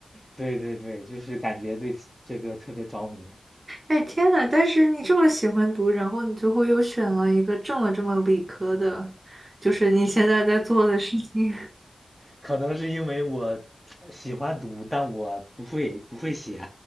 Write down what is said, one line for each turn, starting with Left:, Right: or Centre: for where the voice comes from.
Centre: 对对对，就是感觉对这个特别着迷。对。
Right: 哎天呐！但是你这么喜欢读，然后你最后又选了一个这么这么理科的，就是你现在在做的事情。
Centre: 可能是因为我呃喜欢读，但我不会不会写。